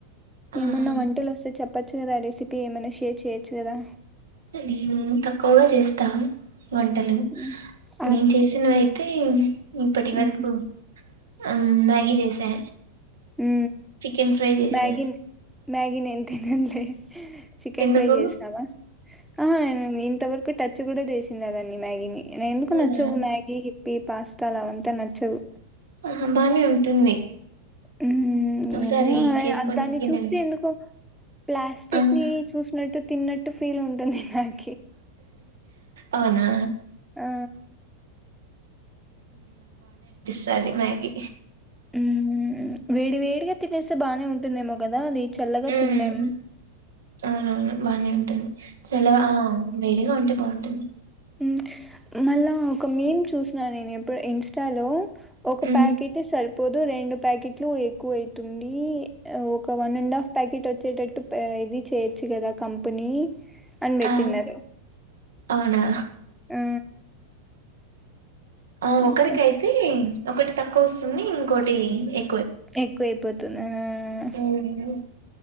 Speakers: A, on the right (about 65°); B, in the centre.
A: ఆహా
B: ఏమన్నా వంటలు వస్తె చెప్ చెప్పచ్చు కదా ఆ రెసిపీ ఏమనా షేర్ చేయచ్చు కదా
A: నేను తక్కువగా చేస్తా వంటలు
B: మ్మ్. ఆ
A: నేను చేసినవయితే తె ఇప్పటి వరకు
B: మ్మ్
A: ఆ మ్యాగీ చేసా
B: ఊ
A: చికెన్ ఫ్రై చేసా
B: మ్యాగీ మ్యాగీ నేను తినంలే చికెన్
A: ఎందుకు
B: ఫ్రై చేసినావా ఆహా నెన్ తిం ఇంతవరకు టచ్ కూడా చేసింది అదానీ మ్యాగీని ఇ న ఎందుకు
A: అవునా
B: నచ్చవు మ్యాగీ హిప్పి పాస్తాలవంత నచ్చవు
A: ఆహ బానే ఉంటుంది
B: ఊ
A: ఒకసారి
B: ఏమో
A: చేసుకొని
B: ఏ దాన్ని
A: తినండి
B: చూస్తే ఎందుకు ప్లాస్టిక్
A: ఆహా
B: ని చూసినట్టు తిన్నట్టు ఫీల్ ఉంటుంది ఉంది నాక్
A: అవునా
B: ఆ!
A: టది మ్యాగి
B: ఊ వేడి వేడిగా తినేస్తే బాగానే ఉంటుందేమో కదా అది చల్లగా
A: ఉం
B: తినలేం.
A: అవునవును బానే ఉంటుంది చల్లగా
B: హ్మ్.
A: ఆ వేడిగా ఉంటే బాగుం టుంది
B: ఉమ్ మళ్ళా ఒక మేమ్ చూసినను నేను ఎప్పుడు ఇన్స్టాలో ఒక
A: ఉమ్
B: ప్యాకెట్ సర్ పోదు రెండు ప్యాకెట్లు ఎక్కువ అయితుంది ఒక వన్ అండ్ హాఫ్ ప్యాకెట్ వచ్చేటట్టు ఇది చేయొచ్చు కదా కంపెనీ అని బెట్టిన్నారు
A: ఆ అవునా
B: ఆ
A: ఆ ఒకరికి
B: ఇంకా
A: అయితే ఒకటి తక్కువ వస్తుంది ఇంకోటి ఎ
B: ఎక్కువయిపోతుంది ఆ
A: ఉమ్